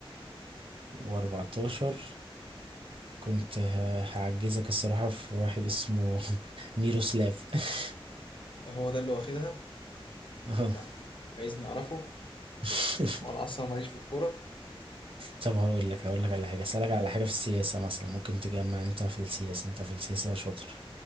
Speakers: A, on the right; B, on the left.
A: 2014 كنت ه- هعجزك الصراحة في واحد اسمه <laughs> ميروسلاف <laughs>
B: هو ده اللي واخدها
A: اه
B: أنت عايزني أعرفه
A: <laughs>
B: وأنا أصلا ماليش في الكورة
A: طب هقول لك هقول لك على حاجة اسألك على حاجة في السياسة مثلا ممكن تجمع انت في السياسة انت في السياسة شاطر